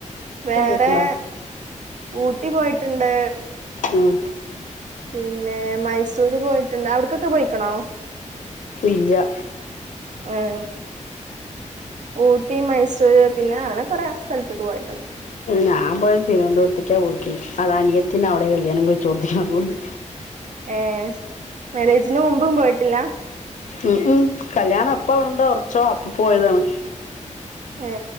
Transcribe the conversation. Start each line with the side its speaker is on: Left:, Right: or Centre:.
Right: വേറെ
Left: പോയിട്ടുണ്ടോ
Right: ഊട്ടി പോയിട്ട് ട്ടിണ്ട്
Left: ഉം
Right: പിന്നെ മൈസൂര് പോയിട്ടുണ്ട് അവിടക്കൊക്കെ പോയിക്കണോ
Left: ഇല്ല
Right: ആഹ ഊട്ടി മൈസൂര് പിന്നെ അങ്ങനെ കൊറെ സ്ഥലത്തേക്ക് പോയിട്ടുണ്ട്
Left: ഞാമ്പോഴ തിരുവനന്തപുരത്തക്കാ പോയിക്കണം അത് അനിയത്തിന് അവിടെ കല്യാണം കഴിച്ചച്ച് കൊടുത്തിക്കണ അതുകൊണ്ട്
Right: ഏ മാരേജിന് മുമ്പും പോയിട്ടില്ല
Left: ഉ കല്യാണം അപ്പാ ഉണ്ടോ ഉറച്ചോ അപ്പ പോയതാണ്
Right: ഏ